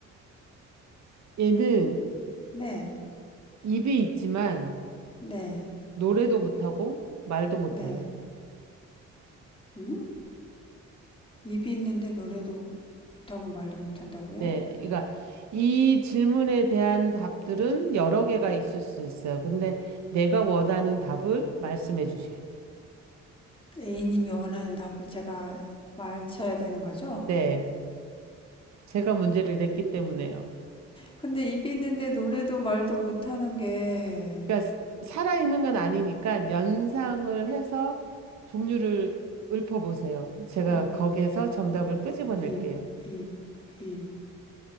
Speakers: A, on the right; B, on the left.
A: 얘는
B: 네.
A: 입이 있지만,
B: 네.
A: 노래도 못하고, 말도 못해요.
B: 네. 음? 입이 있는데 노래도 못하고 말도 못한다고요?
A: 네, 그러니까 이 질문에 대한 답들은 여러 개가 있을 수 있어요. 근데 내가 원하는 답을 말씀해 주셔야 돼요.
B: A님이 원하는 답을 제가 말쳐야 되는 거죠?
A: 네, 제가 문제를 냈기 때문에요.
B: 근데 입이 있는데 노래도 말도 못하는 게
A: 그러니까 살아있는 건 아니니까 연상을 해서 종류를 읊어보세요. 제가
B: 입,
A: 거기에서 정답을
B: 입,
A: 끄집어낼게요.
B: 입, 입, 입.